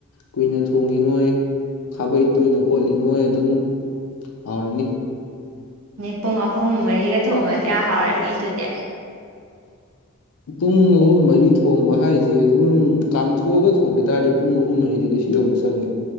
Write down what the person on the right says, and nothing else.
ꯑ ꯄꯨꯡ ꯑꯍꯨꯝ ꯃꯔꯤꯒ ꯊꯣꯡꯉꯗꯤ ꯍꯥꯎꯔꯅꯤ ꯑꯗꯨꯗꯤ